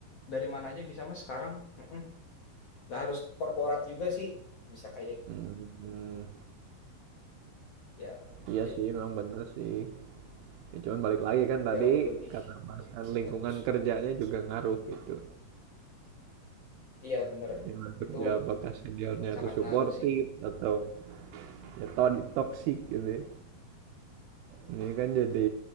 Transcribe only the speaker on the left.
dari mana aja bisa Mas sekarang. Heeh. Nggak harus korporat juga sih, bisa kayak gitu
yang
j-
jauh lebih
bagus.
Heeh.
Iya bener,
itu
sangat
ngaruh sih.